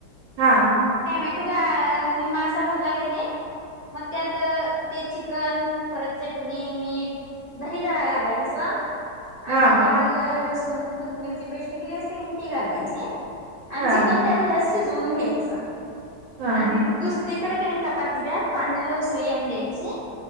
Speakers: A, on the right; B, on the left.
A: हा.
B: टॅमॅटो घा निमा अस भाजला क नी म त्यात ते चिकन परत चेक् मी मीठ, दही जरा घालायचं
A: हा
B: आणि ते आलं लसूण कुथ् मिरची पेस्ट केली असते ईनी ती घालायची आणि
A: हा
B: चिकन त्या आ ह्या शिजवून घ्यायचं.
A: हा
B: आणि दुसरीकडं क नी कपातीला पाण्याला उसळी येऊन द्यायची